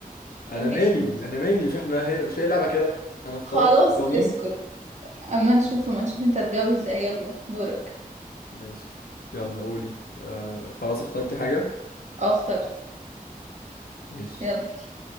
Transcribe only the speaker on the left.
انا
مالي انا مالي مش احنا هي مش هي لعبه كده انا اخترت
اي قوانين
ماشي يلا قولي آه خلاص اخترتي حاجه
ماشي